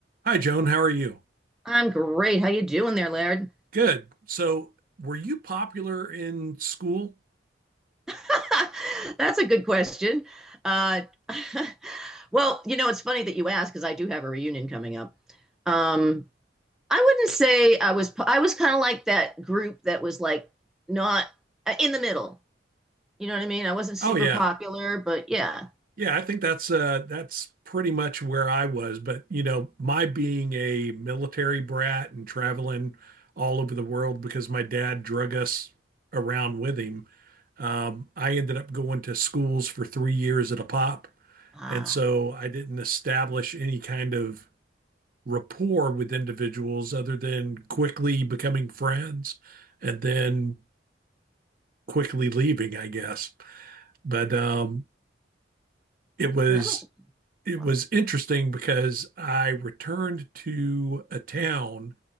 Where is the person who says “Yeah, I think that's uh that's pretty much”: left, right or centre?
Right